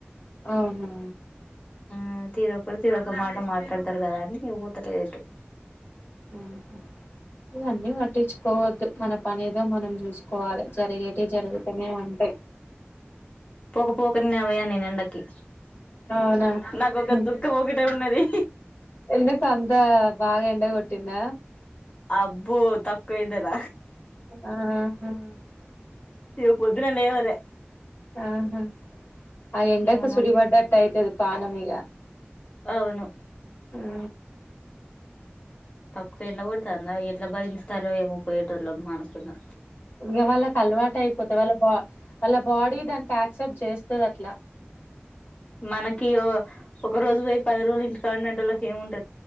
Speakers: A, on the left; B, on the left.
A: అవున
B: ఆ తీరొకరు తీర ఒక మాట మాట్లాడతారు కదా అని పోతలేదు ఎటు
A: ఉహు. ఇవన్నీ పట్టించుకోవద్దు మన పని ఏదో మనం చూసుకోవాలి జరిగేటి జరుగుతూనే ఉంటాయి
B: పోక పోక నిన్న పోయా ఎండకి
A: అవునా
B: నాకొక
A: ఉమ్.
B: దుఃఖం ఒకటే ఉన్నది
A: ఎందుకు అంత బాగా ఎండ కొటింద
B: అబ్బో తక్కువ ఎండన
A: ఆ
B: ఇగ పొద్దున లేవాలి
A: ఆహా ఆ ఎండకి
B: ఇగ మా మమ్మీ
A: చుడిపడటయితేది పణం ఇగ
B: అవును
A: అ
B: తక్కువ ఎండ పడుతుందా ఎట్లా భరిస్తారో ఏమో పోయేటోళ్ళ అనుకున్న
A: ఇంక వాళ్ళకి అలవాటు అయిపోతాయి వాళ్ళ బా వాళ్ళ బాడీ దానికి యాక్సెప్ట్ చేస్త ది అట్ల
B: మనకి ఒక రోజు పోయి పది రోజులు ఇంటి కడ వున్నోలకి ఏముంటు